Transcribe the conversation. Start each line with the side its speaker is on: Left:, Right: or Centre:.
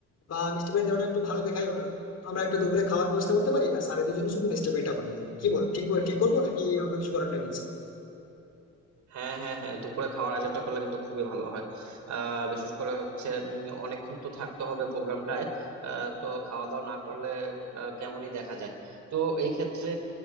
Left: বা মিষ্টি প্যাকেট দেওয়াটা একটু ভালো দেখাইও না তো আমরা একটা দুপুরে খাওয়ার ব্যবস্থা করতে পারি আর স্যারেদের জন্য শুধু মিষ্টি প্যাকেটটা বানিয়ে দেবো কি বল ঠিক ঠিক করবো নাকি আমরা কিছু করার প্ল্যান
Right: হ্যাঁ হ্যাঁ হ্যাঁ দুপুরে খাওয়ার আয়োজনটা করলে কিন্তু খুবই ভালো হয় আহ বিশেষ করে হচ্ছে উম, অনেকক্ষণ তো থাকতে হবে প্রোগ্রামটায় আহ, তো খাওয়া দাওয়া না করলে আহ, কেমনই দেখা যায় তো এই ক্ষেত্রে